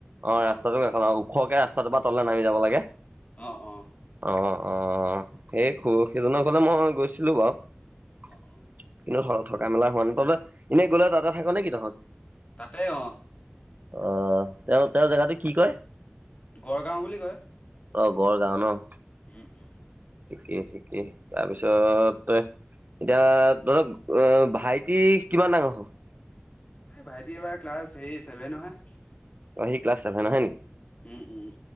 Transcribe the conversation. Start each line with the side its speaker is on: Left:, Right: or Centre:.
Right: অ' ৰাস্তাটো
Left: অঁ
Right: কাষত ওখকে ৰাস্তাটোৰ পৰা তললে নামি যাব লাগে।
Left: অ', অ'।
Right: অ', অ', সেই খু সেইজনৰ ঘৰলে মই গৈছিলো বাৰু। কিন্তু
Left: অঁ অঁ
Right: থ থকা মেলা হোৱা নাই, তহঁতে এনেই গ'লে তাতে থাক নেকি তহঁত?
Left: তাতে অ'।
Right: অ', তেওঁ তেওঁৰ জাগাটো কি কয়?
Left: গড়গাঁও বুলি কয়।
Right: অ', গড়গাও ন'।
Left: উম, উম।
Right: ঠিকেই ঠিকেই তাৰপিছত
Left: তাকে
Right: এতিয়া তহঁতৰ অ ভাইটি কিমান ডাঙৰ হ'ল?
Left: এ ভাইটি এইবাৰ ক্লাছ হেৰী ছেভেনৰ হে।
Right: অ', সি ক্লাছ ছেভেনৰ হে নেকি?
Left: উম উম